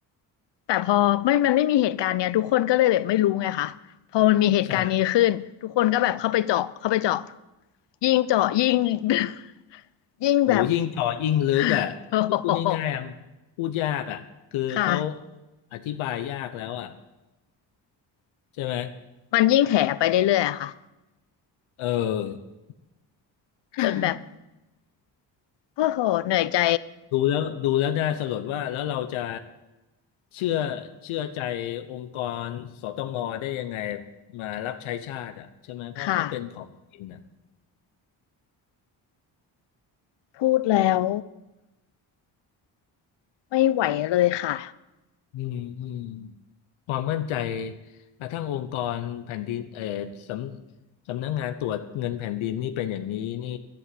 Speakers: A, on the left; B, on the left.
A: แต่พอไม่มันไม่มีเหตุการณ์เนี้ยทุกคนก็เลยแบบไม่รู้ไงคะพอมันมีเหตุการณ์นี้ขึ้นทุกคนก็แบบเข้าไปเจาะเข้าไปเจาะ
B: ใช่
A: ยิ่งเจาะยิ่ง <laughs> ยิ่งแบบ
B: โอ้ยิ่งเจ่อยิ่งลึกอ่ะ
A: <laughs> โอ้โห
B: พูดง่ายๆอะพูดยากอ่ะคือเขา
A: ค่ะ
B: อธิบายยากแล้วอ่ะใช่ไหม
A: มันยิ่งแถไปเรื่อยๆอะค่ะ
B: เออค่ะ
A: จนแบบโอ้โหเหนื่อยใจ
B: ดูแล้วดูแล้วน่าสลดว่าแล้วเราจะเชื่อเชื่อใจองค์กรสตงได้ยังไงมารับใช้ชาติอ่ะใช่ไหมเพราะเขาเป็นของจริงอ่ะ
A: ค่ะ พูดแล้วไม่ไหวเลยค่ะ
B: อืมอืมความมั่นใจกระทั่งองค์กรแผ่นดินเอ่อสำสำนักงานตรวจเงินแผ่นดินนี่เป็นอย่างนี้นี่